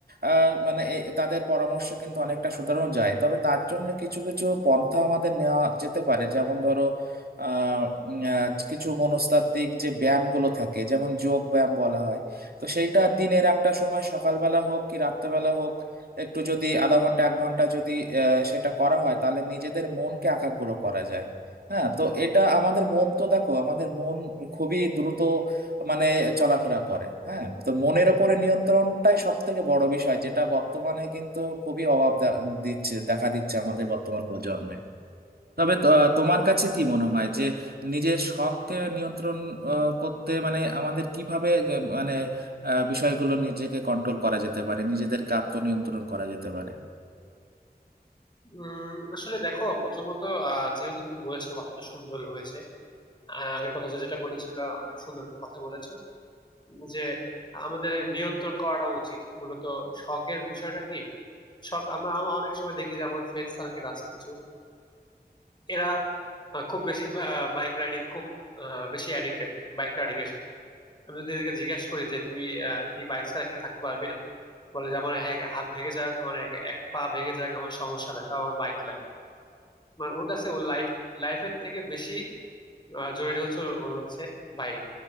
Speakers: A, on the right; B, on the left.
A: আহ, মানে এ- তাদের পরামর্শ কিন্তু অনেকটা শুধানো যায় তবে তার জন্য কিছু কিছু পন্থা আমাদের নেওয়া যেতে পারে যেমন ধরো আহ, উম, আহ, কিছু মনস্তাত্ত্বিক যে ব্যায়ামগুলো থাকে যেমন যোগ ব্যায়াম বলা হয় তো সেইটা দিনের একটা সময় সকালবেলা হোক কি রাত্রেবেলা হোক একটু যদি আধা ঘন্টা এক ঘন্টা যদি আহ, সেটা করা হয় তাহলে নিজেদের মনকে একাগ্র করা যায় হ্যাঁ তো এটা আমাদের মন তো দেখো আমাদের মন খুবই দ্রুত মানে চলাফেরা করে হ্যাঁ তো মনের ওপরে নিয়ন্ত্রণটাই সব থেকে বড় বিষয় যেটা বর্তমানে কিন্তু খুবই অভাব দে- দিচ্ছে দেখা দিচ্ছে আমাদের বর্তমান প্রজন্মে তবে তো- তোমার কাছে কি মনে হয় যে নিজের শখকে নিয়ন্ত্রণ আহ, করতে মানে আমাদের কিভাবে আহ, মানে আহ, বিষয়গুলো নিজেকে কন্ট্রোল করা যেতে পারে নিজেদেরকে আত্মনিয়ন্ত্রণ করা যেতে পারে
B: উম, আসলে দেখো প্রথমত আহ, যেহেতু তুমি বলেছো কথাটা সুন্দর হয়েছে আহ, আগের কথা যে যেটা বলেছিল অনেক সুন্দর একটা কথা বলেছো যে আমাদের নিয়ন্ত্রণ করাটা উচিত মূলত শখের বিষয়টা কি শখ আমরা আমরা অনেক সময় দেখি যে আমার ফ্রেন্ড সার্কেল আছে কিছু এরা আহ, খুব বেশি বাইক রাইডিং খুব আহ, বেশি অ্যাডিক্টেড বাইক রাইডিং এর সাথে আমি যদি এদেরকে জিজ্ঞাসা করি যে তুই আহ, কি বাইক ছাড়া কি থাকতে পারবি না বলে যে আমার এক হাত ভেঙে যাক আমার এক এক পা ভেঙে যাক আমার সমস্যা নাই তাও আমার বাইক লাগবে মানে ওর কাছে ওর লাইফ লাইফের থেকে বেশি আহ, জরুরি হচ্ছে ওর হচ্ছে বাইক